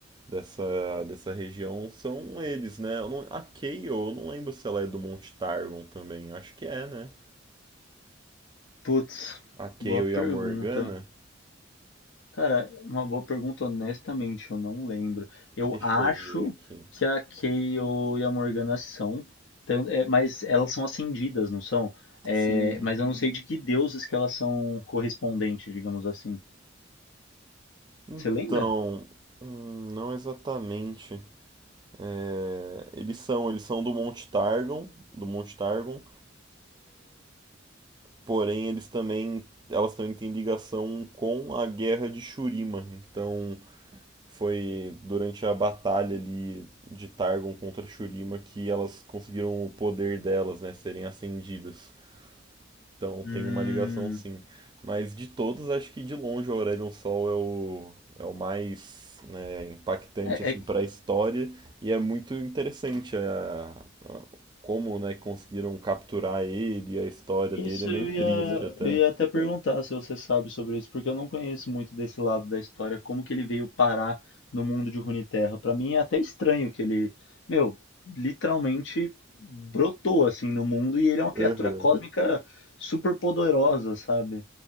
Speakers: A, on the right; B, on the left.
A: dessa, dessa região são eles, né? Eu não- a Kayle, eu não lembro se ela é do Monte Targon também. Acho que é, né?
B: Putz,
A: A Kayle
B: boa pergunta.
A: e a Morgana.
B: Cara, uma boa pergunta, honestamente, eu não lembro. Eu
A: Deixa
B: acho
A: eu ver aqui.
B: que a Kayle e a Morgana são, tan- é, mas elas são ascendidas, não são? É,
A: Sim.
B: mas eu não sei de que deuses que elas são correspondentes, digamos assim.
A: Então,
B: Você lembra?
A: hum, não exatamente. É, eles são, eles são do Monte Targon, do Monte Targon, porém eles também, elas também têm ligação com a Guerra de Shurima. Então, Foi durante a batalha ali de Targon contra Shurima que elas conseguiram o poder delas, né, serem acendidas. Então
B: Hum,
A: tem uma ligação sim. Mas de todos, acho que de longe o Aurelion Sol é o, é o mais né, impactante
B: é,
A: assim
B: é
A: para a história e é muito interessante a, a- como né, conseguiram capturar ele, a história
B: Isso
A: dele é meio
B: eu ia,
A: triste até.
B: eu ia até perguntar se você sabe sobre isso, porque eu não conheço muito desse lado da história, como que ele veio parar no mundo de Runeterra. Pra mim é até estranho que ele, meu, literalmente brotou assim no mundo e ele é uma criatura
A: Aham.
B: cósmica super poderosa, sabe?